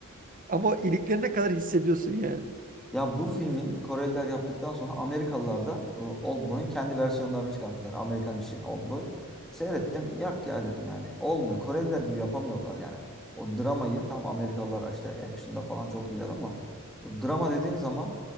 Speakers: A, on the right; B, in the centre.
A: Ama o iliklerine kadar hissediyorsun yani.
B: Ya bu filmin Koreliler yaptıktan sonra Amerikalılar da bu Oldboy'un kendi versiyonlarını çıkarmışlar. Amerikan işi Oldboy. Seyrettim. Yak ya dedim yani. Olmuyor. Koreliler gibi yapamıyorlar yani. O dramayı tam Amerikalılar işte action'da falan çok iyiler ama o drama dediğin zaman